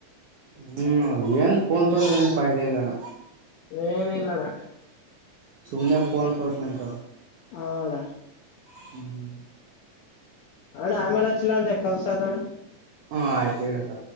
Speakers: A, on the right (about 80°); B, on the left (about 80°).
A: ಹ್ಮ್ ಏನ್ ಫೋನ್ ತೊಂದ್ರೆ ಏನಪದೆ ಇಲ್ಲಣ
B: ಏನ ಇಲ್ಲಣ್ಣ
A: ಸುಮನೆ ಪೋನ್ ಪಚ್ ನಂತ
B: ಹಳಾ
A: ಹ್ಮ್
B: ಅ ಆಮೇಲೆ ಚಿಲ್ಲಜ ಕಲ್ ಸಾಧಣ
A: ಹಾ ಆಯ್ತು ಹೇಳತ್ತ